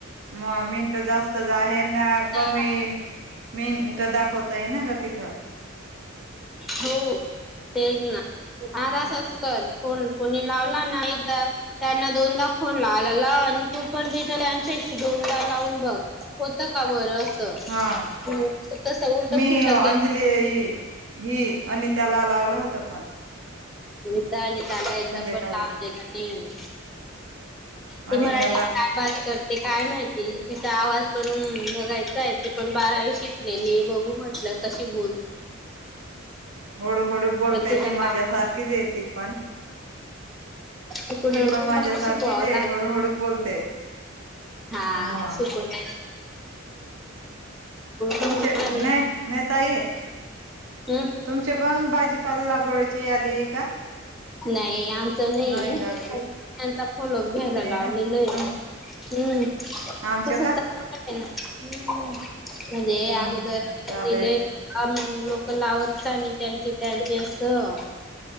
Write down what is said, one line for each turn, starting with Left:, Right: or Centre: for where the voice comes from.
Right: मग मिनटं जास्तच आहे ना
Centre: आपण
Right: कमी मिनटं दाखवतय ना ग तिथ
Centre: हो तेच ना
Right: हा
Centre: आ असच कर कोण कोणी लावला ना एकदा त्यांना दोनदा फोन लावयला-लाव आणि तू पण <inaudible> लावून बघ होतं का बरं असं
Right: हा
Centre: तसं उलटंसुलटं
Right: मी अंजली ही आणि त्याला लावलं होत पण,
Centre: नता न त्याला एकदा
Right: संध्याकाळी
Centre: पण लाव देत नाही त
Right: अनिताला
Centre: मराठीत कायात करते ते काय माहिती तिचा आवाज पण बघायचा आहे ती पण बारावी शिकलेली बघू म्हटलं कशी बोल
Right: हळूहळू बोलते
Centre: पण तिला
Right: ती
Centre: लाव
Right: माझ्या सारखीच येती पण
Centre: तिकडून
Right: ती
Centre: अडकून
Right: पण माझ्या
Centre: का मग
Right: सारखीच
Centre: शिकवावं
Right: आहे
Centre: लाग
Right: हळूहळू बोलते.
Centre: हा
Right: मग
Centre: सुक
Right: तुमचे
Centre: होणार आहे.
Right: न नताई आहे.
Centre: हम्म
Right: तुमच्या पण भाजीपाला लागवडची यादीय का?
Centre: नाही आमचं नाही
Right: नवीन गावची
Centre: त्यांचा <unintelligible>
Right: नाही
Centre: लावलेलं
Right: ना
Centre: आहे.
Right: तुम
Centre: हम्म
Right: आमच्या
Centre: तस
Right: का
Centre: चालू आहे ना हम्म म्हणजे
Right: हा
Centre: अगोदर म्हणजे
Right: चालेल
Centre: लय लोकं लावत का नाहीत त्यांचे त्यांचे असं